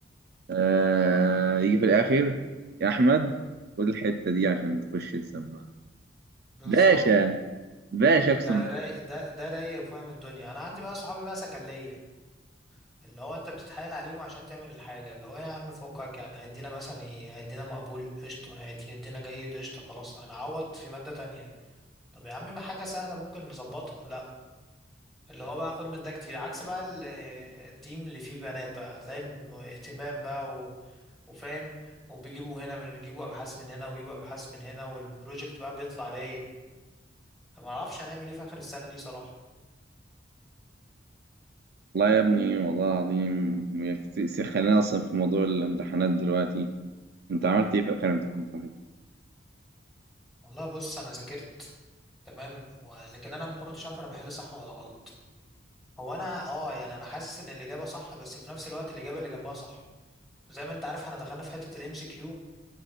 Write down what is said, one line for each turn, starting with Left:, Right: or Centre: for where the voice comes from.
Right: آه... يجي في الاخر يا احمد خد الحتة دي عشان تخش تسمع
Centre: مم. بالظبط
Right: باشا باشا اقسم
Centre: ده رايق ده ده رايق وفاهم الدنيا انا عندي بقى صحابي بقى سكلية اللي هو انت بتتحايل عليهم عشان تعمل الحاجة اللي هو يا عم فكك يعني هيدينا مثلا ايه هيدينا مقبول قشطة هيدي- هيدينا جيد قشطة خلاص هنعوض في مادة تانية طب يا عم ما حاجة سهلة ممكن نظبطها لا اللي هو بقى خد من ده كتير عكس بقى ال- التيم اللي فيه بنات بقى هتلاقي الم- اهتمام بقى و... وفاهم وبيجيبوا هنا من يجيبوا ابحاث من هنا ويجيبوا ابحاث من هنا والبروجكت بقى بيطلع رايق أنا ما اعرفش هنعمل ايه في اخر السنه دي صراحه
Right: والله يا ابني والله العظيم يا كت- س- خلينا اصلا في موضوع الامتحانات دلوقتي انت عملت ايه في اخر امتحان صحيح؟
Centre: والله بص انا ذاكرت تمام ولكن انا ما كنتش عارف انا بحل صح ولا غلط هو انا اه يعني انا حاسس ان الاجابه صح بس في نفس الوقت الاجابه اللي جنبها صح زي ما انت عارف احنا دخلنا في حته الام سي كيو،